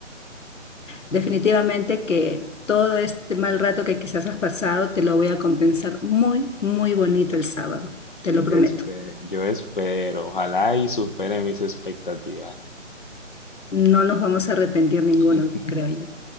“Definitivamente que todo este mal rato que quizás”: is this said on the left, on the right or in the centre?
Left